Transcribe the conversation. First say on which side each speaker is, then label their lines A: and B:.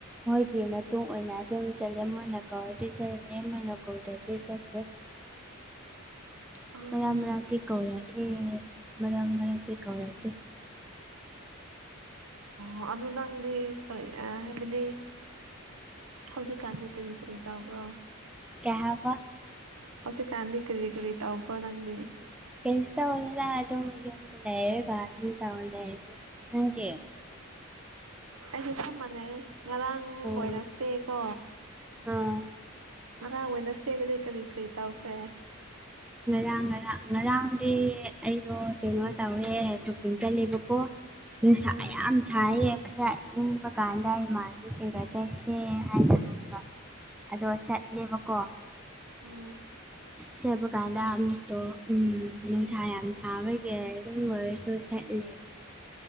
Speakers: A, in the centre; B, on the right.
A: ꯃꯣꯏꯒꯤ ꯃꯇꯨꯡꯟ ꯑꯣꯏꯅ ꯑꯗꯨꯝ ꯆꯠꯂꯦ ꯃꯣꯏ ꯅꯥꯀꯧꯗꯤ ꯆꯠꯂꯦ ꯃꯣꯏ ꯅꯥꯀꯧꯗꯗꯤ ꯆꯠꯇꯦ
B: ꯎꯝ
A: ꯃꯔꯛ ꯃꯔꯛꯇꯤ ꯀꯧꯔ ꯑꯦ ꯃꯔꯥꯡ ꯃꯔꯥꯇꯤ ꯀꯧꯇꯦ
B: ꯑꯣ ꯑꯗꯨ ꯅꯪꯗꯤ ꯀꯔꯤ ꯍꯥꯏꯕꯗꯤ ꯍꯧꯖꯤꯛꯀꯥꯟꯒꯤ ꯀꯔꯤ ꯀꯔꯤ ꯇꯧꯕ꯭ꯔꯣ
A: ꯀꯩꯍꯥꯏꯕ
B: ꯍꯧꯖꯤꯛ ꯀꯥꯟꯗꯤ ꯀꯔꯤ ꯀꯔꯤ ꯇꯧꯕꯔꯣ ꯅꯪꯗꯤ
A: ꯀꯩꯁꯥ ꯇꯧꯗꯦꯗ ꯑꯗꯨ ꯌꯨꯝꯗ ꯂꯩꯔꯦ ꯅꯪꯗꯤ
B: ꯑꯩꯁꯨ ꯀꯝ ꯃꯅꯩꯌꯦ ꯉꯔꯥꯡ
A: ꯎꯝ
B: ꯋꯦꯅꯁꯗꯦ ꯀꯣ
A: ꯑꯥ
B: ꯑꯉꯥꯡ ꯑꯣꯏꯅ ꯁꯦꯗꯗꯤ ꯀꯔꯤ ꯀꯔꯤ ꯇꯧꯈ꯭ꯔꯦ
A: ꯉꯔꯥꯡ ꯉꯔꯥꯡ ꯉꯔꯥꯡꯗꯤ ꯑꯩꯗꯣ ꯀꯩꯅꯣ ꯇꯧꯔꯦ ꯁꯣꯄꯤꯡ ꯆꯠꯂꯦꯕꯀꯣ ꯅꯨꯡꯁꯥ
B: ꯑꯥ
A: ꯌꯥꯝ ꯁꯥꯏꯌꯦ ꯈꯔ ꯏꯪꯕ ꯀꯥꯟꯗ ꯏꯃꯥꯟꯅꯕꯤꯁꯤꯡꯒ ꯆꯠꯁꯦ ꯍꯥꯏꯅ ꯍꯥꯏꯕ ꯑꯗꯣ ꯆꯠꯂꯦꯕꯀꯣ
B: ꯎꯝ
A: ꯆꯠꯄ ꯀꯥꯟꯗ ꯃꯤꯗꯣ ꯎꯝ ꯅꯨꯡꯁꯥ ꯌꯥꯝ ꯁꯥꯕꯒꯤ ꯑꯗꯨꯝ ꯑꯣꯏꯔꯁꯨ ꯆꯠꯂꯦ
B: <inaudible>